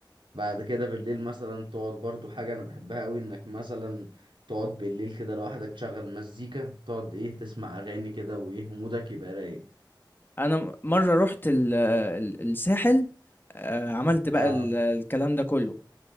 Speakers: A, on the right; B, on the left.
A: بعد كده بالليل مثلا تقعد برضو حاجه انا بحبها قوي انك مثلا تقعد بالليل كده لوحدك تشغل مزيكا تقعد ايه تسمع اغاني كده وايه ومودك يبقى رايق
B: انا مرة رحت ال... ال- الساحل آه عملت بقى
A: اه
B: ال... الكلام ده كله